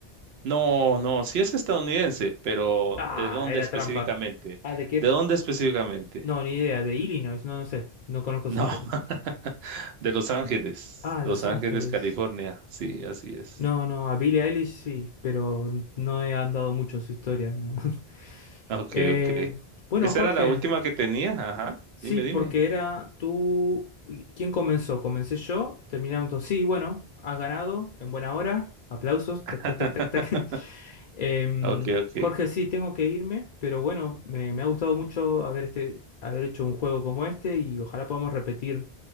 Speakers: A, on the right (about 75°); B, on the left (about 55°).
A: No, no, sí es estadounidense, pero
B: Ah,
A: ¿de dónde
B: era
A: específicamente?
B: trampa. Ah, ¿de qué?
A: ¿De dónde específicamente?
B: No, ni idea. De Illinois, no, no sé. No conozco
A: No,
B: su historia.
A: <laughs> de Los Ángeles,
B: Ah,
A: Los
B: Los
A: Ángeles,
B: Ángeles.
A: California. Sí, así es.
B: No, no, a Billie Eilish sí, pero no he andado mucho en su historia, no. <laughs>
A: Ok,
B: Eh,
A: ok.
B: bueno,
A: Esa
B: Jorge,
A: era la última que tenía, ajá.
B: sí,
A: Dime,
B: porque
A: dime.
B: era tú... ¿Quién comenzó? Comencé yo, terminamos. Sí, bueno, has ganado, en buena hora. Aplausos, tac, tac,
A: <laughs>
B: tac, tac, tac. <laughs> Em,
A: Ok, ok.
B: Jorge, sí, tengo que irme, pero bueno, me, me ha gustado mucho haber, este, haber hecho un juego como este y ojalá podamos repetir